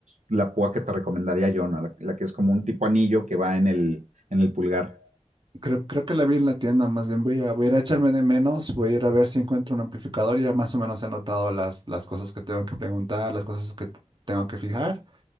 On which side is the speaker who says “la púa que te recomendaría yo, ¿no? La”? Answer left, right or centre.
Right